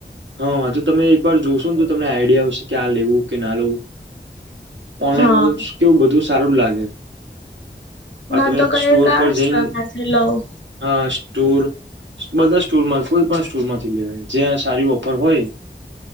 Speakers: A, on the right; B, on the left.
A: હા તો તમે એક વાર જોશો ને તો તમને આઈડિયા આવશે કે આ લેવું કે ના લેવું ઓનલાઈન
B: હા
A: તો કેવું બધું સારું જ લાગે આ
B: હા
A: તમે
B: તો ક
A: સ્ટોર
B: કતોય
A: પર જઈને
B: માછર લવું
A: હા સૂર <unintelligible> બધા સ્ટોરમાં કોઈ પણ સ્ટોર માંથી લેવાય જ્યાં સારી ઓફર હોય